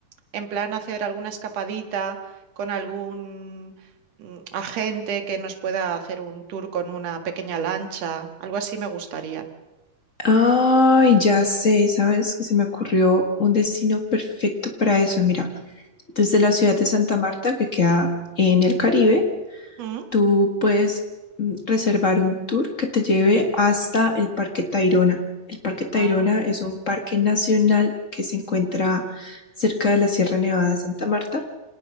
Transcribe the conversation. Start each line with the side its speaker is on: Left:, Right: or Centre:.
Right: en plan hacer alguna escapadita con algún mm, agente que nos pueda hacer un tour con una pequeña lancha, algo así me gustaría.
Left: Ay, ya sé, sabes que se me ocurrió un destino perfecto para eso. Mira, desde la ciudad de Santa Marta, que queda en el Caribe,
Right: ¿Mm?
Left: tú puedes mm, reservar un tour que te lleve hasta el Parque Tayrona. El Parque Tayrona
Right: Ah,
Left: es un parque nacional que se encuentra cerca de la Sierra Nevada de Santa Marta